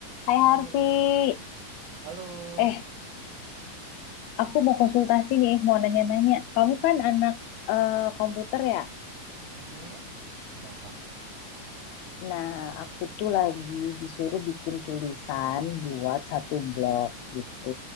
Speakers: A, on the left; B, on the right.
A: Hai
B: Halo,
A: Harvey,
B: halo. Halo.
A: eh aku
B: Kenapa
A: mau konsultasi
B: tuh?
A: nih, mau nanya-nanya. Kamu kan anak eh, komputer ya?
B: Mm-mm. Ada apa?
A: Nah, aku tuh lagi disuruh bikin tulisan buat satu blog gitu.